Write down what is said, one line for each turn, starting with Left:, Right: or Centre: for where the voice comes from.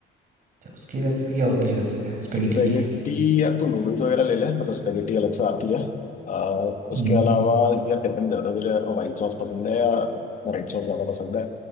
Right: अच्छा, उसकी रेसिपी क्या होती है वैसे स्पेगेटी
Left: स्पेगेटी
Right: की
Left: यार तू नूडल्स वगैरह ले ले मतलब स्पेगेटी अलग से आती है आ,
Right: हम्म,
Left: उसके अलावा यार डिपेंड करता है तुझे व्हाइट सॉस पसंद है या रेड सॉस ज्यादा पसंद है